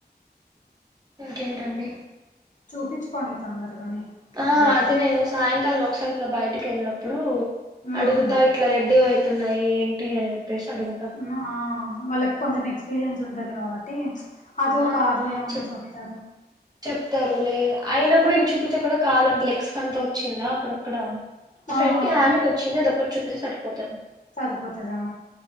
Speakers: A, on the right (about 20°); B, on the left (about 45°).
A: ఇంకేంటండి
B: చూపించుకోండి తొందరగానే
A: ఆ
B: బెటర్
A: అది నేను సాయంకాలం ఒకసారి ఇట్లా బయటికి వెళ్ళినప్పుడు
B: ఉమ్
A: అడుగుతా ఇట్లా రెడ్ అవుతున్నాయి ఏంటి అని చెప్పేసి అడుగుతా
B: ఆ వాళ్ళకి కొంచెం ఎక్స్పీరియన్స్ ఉంటది కాబట్టి అదో
A: ఆ
B: కాదో ఏమన్నా
A: చెప్
B: చెప్తారు
A: చెప్తారు లే అయిన కూడా ఇవి చూపిచ్చేకి కూడా కాదండి లెగ్స్ కు అంతా వచ్చిందా అక్కడక్కడ మా
B: ఆ
A: ఫ్రెండ్
B: ఆ
A: కి హ్యాండ్ కి వచ్చింది అదొక్కటి చూపిస్తే సరిపోతుంది
B: సరిపోతదా